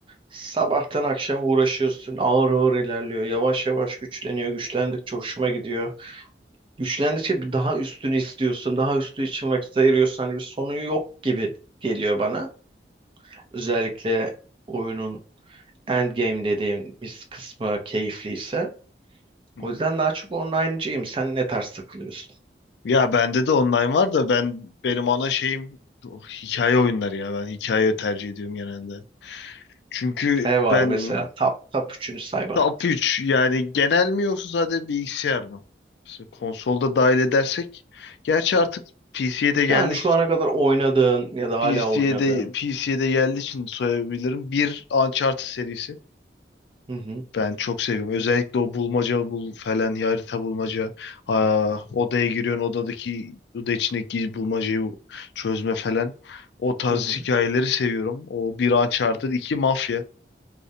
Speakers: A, on the right; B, on the left.
A: sabahtan akşam uğraşıyorsun. Ağır ağır ilerliyor. Yavaş yavaş güçleniyor. Güçlendikçe hoşuma gidiyor. Güçlendikçe bir daha üstünü istiyorsun. Daha üstü için vakit ayırıyorsun. Hani bir sonu yok gibi geliyor bana. Özellikle oyunun Endgame dediğim bir kısmı keyifliyse.
B: Hı.
A: O yüzden daha çok online'cıyım. Sen ne tarz takılıyorsun?
B: Ya bende de online var da ben benim ana şeyim oh, hikaye oyunları ya. Ben hikaye tercih ediyorum genelde. Çünkü
A: Ne var
B: ben
A: mesela? Top, top üçünü say bana.
B: top 3 yani genel mi yoksa sadece bilgisayar mı? Mesela konsolda dahil edersek. Gerçi artık PC'ye de geldi
A: Yani şu ana kadar oynadığın ya da
B: PC'ye
A: hala oynadığın.
B: de PC'ye de geldiği için söyleyebilirim. Bir Uncharted serisi.
A: Hı hı,
B: Ben çok seviyorum. Özellikle o bulmaca bul falan harita bulmaca. Ha, odaya giriyorsun odadaki oda içindeki bulmacayı çözme falan. O tarz
A: hı hı.
B: hikayeleri seviyorum. O bir Uncharted, iki Mafya.